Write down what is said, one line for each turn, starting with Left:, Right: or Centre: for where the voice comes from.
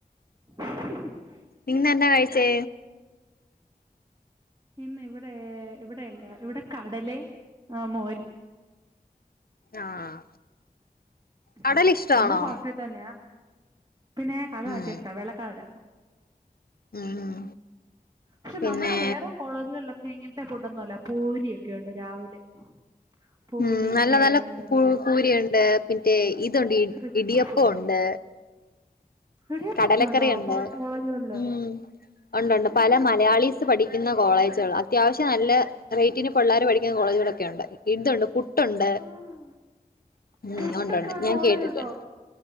Right: <inaudible>
Left: ഇന്ന് എന്താ കഴിച്ചേ
Right: ഇന്ന് ഇവിടെ ഇവിടെ എന്താ ഇവിടെ കടലയും ആ മോരും
Left: ആഹ്
Right: ഉം
Left: കടല ഇഷ്ടാണോ
Right: നമ്മള് ഹോസ്റ്റലിൽ തന്നെയാ പിന്നെ കടല
Left: ഉം
Right: ഭയങ്കര ഇഷ്ടാ വെള്ളകടല
Left: ഉം
Right: പക്ഷെ
Left: പിന്നെ
Right: നമ്മുടെ വേറെ കോളേജുകളിലൊക്കെ ഇങ്ങൻത്തെ ഫുഡൊന്നും അല്ല പൂരി ഒക്കെ ഉണ്ട് രാവിലെ പൂരി
Left: ഉം നല്ല
Right: കിഴങ്ങ്
Left: നല്ല
Right: കറി
Left: പുയി പൂരി ഉണ്ട് പിന്നെ ഇതുണ്ട്
Right: റിച്ച്
Left: ഇടിയപ്പം
Right: ഫുഡ്
Left: ഉണ്ട്
Right: ഇടിയപ്പൊക്കെ
Left: കടലക്കറി
Right: ഉണ്ടോ
Left: ഉണ്ട്
Right: ഹോട്ട് കോളേജുകളില്
Left: ഉം ഉണ്ട് ഉണ്ട് പല മലയാളീസ് പഠിക്കുന്ന കോളേജുകളാ അത്യാവശ്യം നല്ല റേറ്റിന് പിള്ളേർ പഠിക്ക്ന്ന കോളേജുകളൊക്കെ ഉണ്ട് ഇതുണ്ട് പുട്ടുണ്ട്
Right: ആണോ
Left: ഉം
Right: പുട്ടൊക്കെ
Left: ഒണ്ട് ഉണ്ട്
Right: ഉള്ള
Left: ഞാൻ
Right: കോളേജുണ്ടോ
Left: കേട്ടിട്ടുണ്ട്